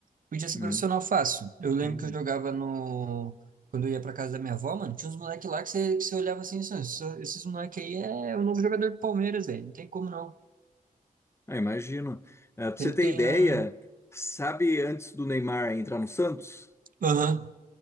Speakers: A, on the right (about 70°); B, on the left (about 20°).
A: Podia ser
B: né?
A: profissional fácil. Eu lembro
B: Hum.
A: que eu jogava no. Quando eu ia pra casa da minha avó, mano, tinha uns moleques lá que você, que você olhava assim, "Isso- isso- esses moleques aí é o novo jogador do Palmeiras, velho. Não tem como não.
B: Ah, imagino. É, pra você
A: Sempre
B: ter
A: tem
B: ideia,
A: um.
B: sabe, antes do Neymar entrar no Santos,
A: Aham.